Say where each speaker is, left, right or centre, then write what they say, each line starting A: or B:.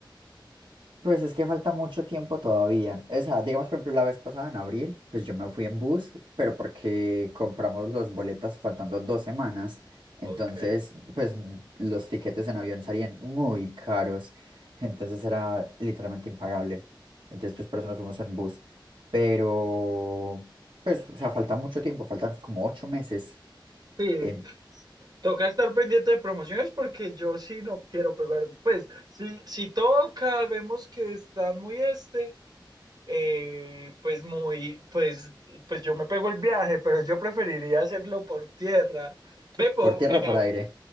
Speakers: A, on the right; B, on the right.
A: Pues es que falta mucho tiempo todavía. Esa, digamos, por ejemplo, la vez pasada en abril, pues yo me fui en bus, pero porque compramos los boletas faltando dos semanas. Entonces,
B: Ok.
A: pues los tiquetes
B: So,
A: en avión salían muy caros. Entonces era literalmente impagable. Entonces, pues por eso nos fuimos en bus. Pero, pues, o sea, falta mucho tiempo, faltan como ocho meses
B: Sí,
A: en-
B: pues, toca estar pendiente de promociones porque yo sí no quiero pegar. Pues, si, si toca, vemos que están muy este, eh, pues muy, pues, pues yo me pego el viaje, pero yo preferiría hacerlo por tierra. Ve po-
A: por tierra
B: en
A: o por
B: av-
A: aire.